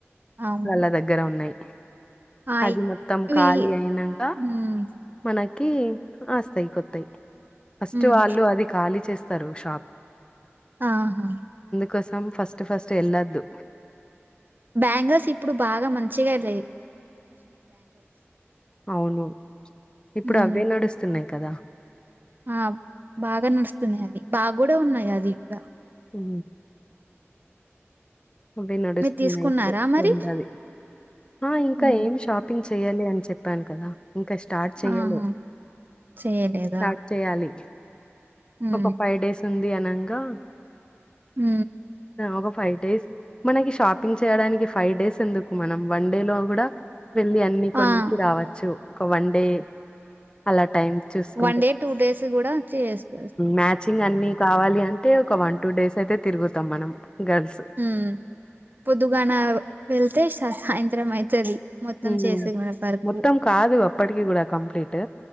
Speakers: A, on the right; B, on the left.
A: అవును
B: వాళ్ళ దగ్గర ఉన్నావి.
A: ఆ
B: అది మొత్తం
A: ఇవి
B: ఖాళీ అయినంక
A: ఉమ్
B: మనకి ఆస్తాయి కొత్తావి ఫస్ట్
A: ఉమ్
B: వాళ్ళు అది ఖాళీ చేస్తారు షాప్
A: ఆహా
B: కోసం ఫస్ట్ ఫస్ట్ వెళ్ళొద్దు
A: బ్యాంగర్స్ ఇప్పుడు బాగా మంచిగా లేయ్
B: అవును ఇప్పుడు
A: ఉమ్
B: అవే నడుస్తున్నాయి కదా
A: ఆ బాగా నడుస్తున్నాయి అది బాగా కూడా ఉన్నాయి అది ఇప్పుడ
B: ఉ అవి నడుస్తున్నాయి
A: మీరు తీసుకున్నారా
B: ఇప్పుడు ట్రెండ్
A: మరి
B: ఆది ఆ ఇంకా
A: ఉమ్
B: ఏం షాపింగ్ చెయ్యాలే అని చెప్పాను కదా ఇంకా స్టార్ట్ చెయలే
A: ఆహా చేయలేదా
B: స్టార్ట్ చేయాలి
A: ఉమ్
B: ఒక ఫైవ్ డేస్ ఉంది అనంగా
A: ఉ
B: ఒక ఫైవ్ డేస్ మనకి షాపింగ్ చేయడానికి ఫైవ్ డేస్ ఎందుకు మనం వన్ డే లో కూడా వెళ్ళి అన్ని కొనేసి
A: ఆ
B: రావచ్చు ఒక వన్ డే అలా టైమ్ చూసుకుంటే
A: వన్ డే టూ డేస్ కూడా చేస్తారు
B: మ్యాచింగ్ అన్ని కావాలి అంటే ఒక వన్ టూ డేస్ అయితే తిరుగుతాం మనం గల్
A: ఊ పొద్దుగాన వెళ్తే సాయంత్రం అయతది మొత్తం
B: హ్మ్.
A: చేసే వరకు
B: మొత్తం కాదు అప్పటికి కూడా కంప్లీట్